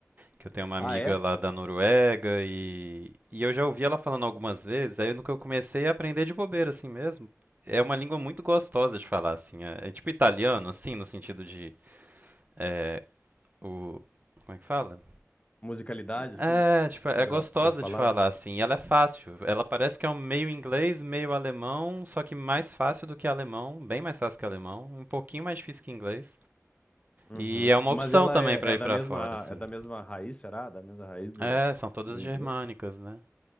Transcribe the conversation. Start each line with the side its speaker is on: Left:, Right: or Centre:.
Right: Que eu tenho uma
Left: Ah,
Right: amiga
Left: é?
Right: lá da Noruega e, e eu já ouvi ela falando algumas vezes, aí no que eu comecei a aprender de bobeira assim mesmo. É uma língua muito gostosa de falar, assim. É, é tipo italiano, assim, no sentido de. é, o, como é que fala?
Left: Musicalidade,
Right: É,
Left: assim, da,
Right: tipo, é
Left: da-
Right: gostosa
Left: das palavras.
Right: de falar, assim. E ela é fácil. Ela parece que é um meio inglês, meio alemão, só que mais fácil do que alemão, bem mais fácil que alemão, um pouquinho mais difícil que inglês.
Left: Uhum.
Right: E é uma
Left: Mas
Right: opção
Left: ela
Right: também
Left: é,
Right: pra
Left: é
Right: ir
Left: da
Right: pra
Left: mesma,
Right: fora, assim.
Left: é da mesma raiz, será? Da mesma raiz do...
Right: É, são todas
Left: Do inglês?
Right: germânicas, né?